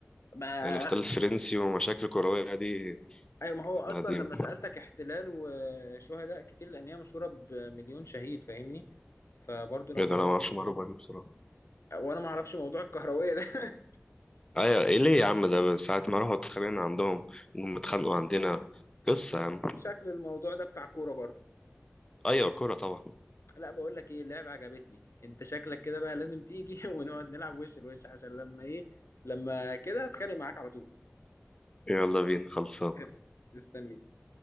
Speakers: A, on the left; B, on the left.
A: ما
B: يعني احتلال فرنسي ومشاكل كروية دي
A: ايوه ما هو اصلا
B: احنا قديم
A: لما سألتك احتلال وشهداء كتير لان هي مشهورة بمليون شهيد فاهمني فبرضه لما
B: ايه ده انا
A: قلت
B: ما اعرفش
A: كده
B: المعلومة دي بصراحة
A: وانا ما اعرفش موضوع الكهروية ده <laughs>
B: ايوه ايه ليه يا عم ده ساعة ما راحوا اتخانقنا عندهم وهم اتخانقوا عندنا قصة يا عم
A: شكل الموضوع ده بتاع كورة برضه
B: ايوه الكورة طبعا
A: لا بقول لك ايه اللعبة عجبتني انت شكلك كده بقى لازم تيجي <laughs> ونقعد نلعب وش لوش عشان لما ايه لما كده اتخانق معاك على طول
B: يلا بينا خلصان
A: <laughs> مستني